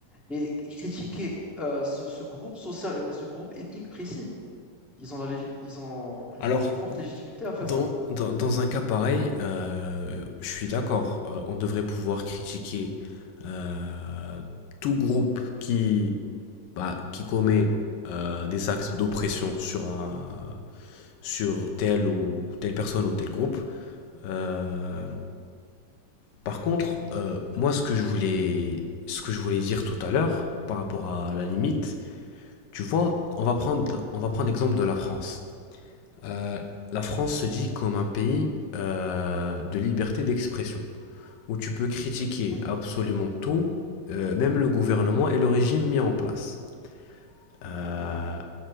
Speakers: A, in the centre; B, on the left.
A: Et critiquer euh, ce, ce groupe social et ce groupe ethnique précis. Ils ont la légi- ils ont ils
B: Alors,
A: ont une forte légitimité à faire
B: dans,
A: ça.
B: dans, dans un cas pareil, euh, je suis d'accord. euh, on devrait pouvoir critiquer euh, tout groupe qui, bah, qui commet euh, des actes d'oppression sur, un, sur telle ou telle personne ou tel groupe. Euh,
A: Oui,
B: Par contre, euh, moi, ce que je voulais, ce que je voulais dire tout à l'heure, par rapport à la limite, tu vois, on va prendre, on va prendre l'exemple de la France. Euh, la France se dit comme un pays euh, de liberté d'expression, où tu peux critiquer
A: oui,
B: absolument tout, euh, même le gouvernement et le régime mis en place. Euh,
A: ouais,